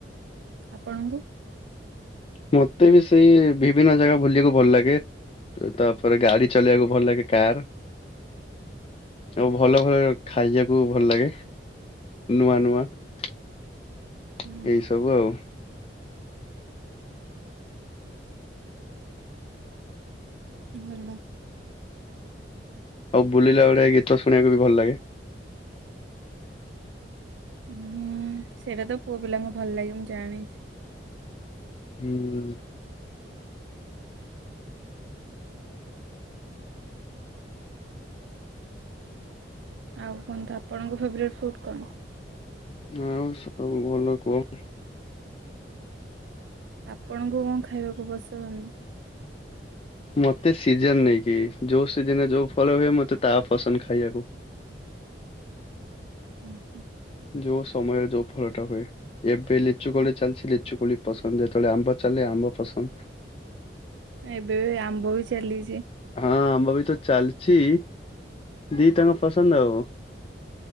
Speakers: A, on the right (about 85°); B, on the left (about 35°).
A: ଆପଣଙ୍କୁ?
B: ମୋତେ ବି ସେଇ ବିଭିନ୍ନ ଜାଗା ବୁଲିବାକୁ ଭଲ ଲାଗେ। ତ ତାପରେ ଗାଡି ଚଲେଇବାକୁ ଭଲ ଲାଗେ କାର୍। ଆଉ ଭଲ ଭଲ ଖାଇବାକୁ ଭଲ ଲାଗେ। ନୂଆ ନୂଆ ଏଇ
A: ହୁଁ
B: ସବୁ ଆଉ।
A: ଭଲ।
B: ଆଉ ବୁଲିଲା ବେଳେ ଗୀତ ଶୁଣିବାକୁ ବି ଭଲ ଲାଗେ।
A: ହୁଁ, ସେଇଟା ତ ପୁଅ ପିଲାଙ୍କୁ ଭଲ ଲାଗେ ମୁଁ ଜାଣିଛି।
B: ହୁଁ।
A: ଆଉ କୁହନ୍ତୁ ଆପଣଙ୍କ ଫେବରେଟ୍ ଫୁଡ଼୍ କଣ?
B: ଆଉ ସବୁ ଭଲ, କୁହ।
A: ଆପଣଙ୍କୁ କଣ ଖାଇବାକୁ ପସନ୍ଦ?
B: ମୋତେ ସିଜନ୍ ନେଇକି, ଯୋଉ ସିଜନ୍ ରେ ଯୋଉ ଫଳ ହୁଏ ମୋତେ ତା ପସନ୍ଦ ଖାଇବାକୁ।
A: ଓ, ହୁଁ।
B: ଯୋଉ ସମୟରେ ଯୋଉ ଫଳ ଟା ହୁଏ। ଏବେ ଲିଚୁ କୋଳି ଚାଲିଛି ଲିଚୁ କୋଳି ପସନ୍ଦ। ଯେତେବେଳେ ଆମ୍ବ ଚାଲେ ଆମ୍ବ ପସନ୍ଦ।
A: ଏବେ ବି ଆମ୍ବ ବି ଚାଲିଛି।
B: ହଁ ଆମ୍ବ ବି ତ ଚାଲିଛି, ଦି ଟା ଯାଙ୍କ ପସନ୍ଦ ଆଉ।